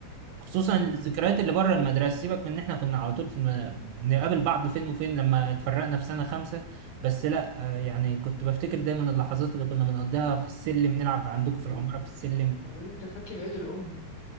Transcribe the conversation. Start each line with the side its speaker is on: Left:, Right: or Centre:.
Right: خصوصا
Left: اه
Right: الذكريات اللي بره المدرسه سيبك من ان احنا كنا على طول في الم... بنقابل بعض فين وفين لما اتفرقنا في سنه خمسه بس لا آه، يعني كنت بفتكر دايما اللحظات اللي كنا بنقضيها في السلم نلعب عندكم في
Left: طب
Right: العماره في السلم
Left: طب انت فاكر عيد الام